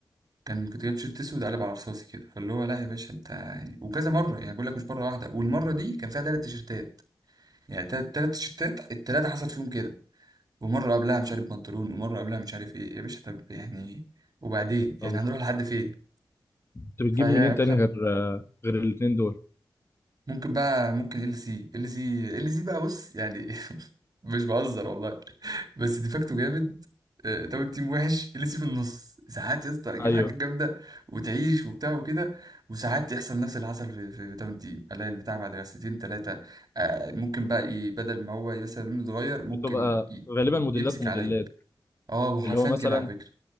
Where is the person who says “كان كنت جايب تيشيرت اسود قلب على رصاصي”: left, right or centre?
Right